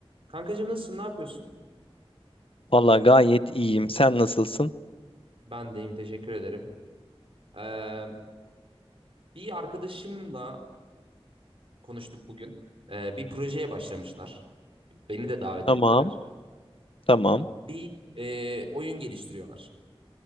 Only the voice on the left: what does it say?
Valla gayet iyiyim. Sen nasılsın?
Tamam,
tamam.